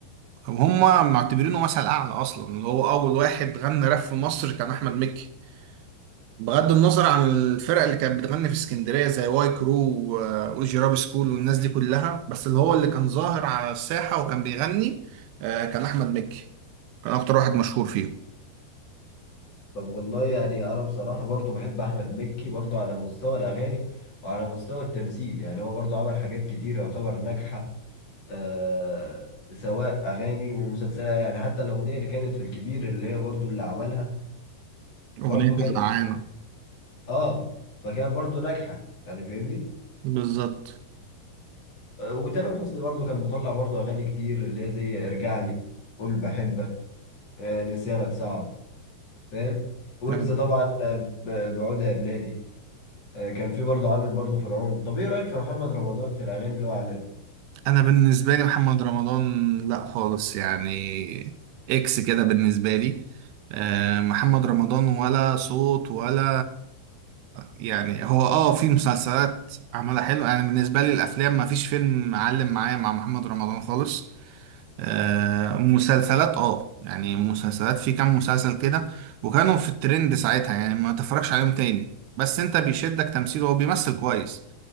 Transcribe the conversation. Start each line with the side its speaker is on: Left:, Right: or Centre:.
Right: وهم معتبرينه مثل أعلى أصلا اللي هو أول واحد غنى راب في مصر كان أحمد مكي بغض النظر عن الفرق اللي كانت بتغني في اسكندريه زي واي كرو و- والجيراب سكول والناس دي كلها بس اللي هو اللي كان ظاهر على الساحه وكان بيغني آه، كان احمد مكي كان اكتر واحد مشهور فيه
Left: طب والله يعني انا بصراحة برضه بحب احمد مكي برضه على مستوى الاغاني وعلى مستوى التمثيل يعني هو برضه عمل حاجات كتير يعتبر ناجحة آه سواء اغاني ومسلسلات يعني حتى الاغنيه اللي كانت في الكبير اللي هي برضو اللي عملها برضو
Right: اغنيته
Left: كانت
Right: العانه
Left: اه فكانت برضو ناجحه يعني فاهمني
Right: بالظبط
Left: آه وتامر حسني برضو كان مطلع برضو اغاني كتير اللي هي زي ارجع لي قول بحبك آه نسيانك صعب فاهم ويجز
Right: آه،
Left: طبعا آه، ب- بعودة يا بلادي آه كان في برضو عامل برضو فرعون طب ايه رايك في محمد رمضان في الاغاني اللي هو عاملها
Right: انا بالنسبه لي محمد رمضان لا خالص يعني اكس كده بالنسبه لي آه، محمد رمضان ولا صوت ولا يعني هو اه في مسلسلات عملها حلو انا بالنسبه لي الافلام ما فيش فيلم معلم معايا مع محمد رمضان خالص آه، مسلسلات اه يعني مسلسلات في كام مسلسل كده وكانوا في الترند ساعتها يعني ما تفرجش عليهم تاني بس انت بيشدك تمثيله هو بيمثل كويس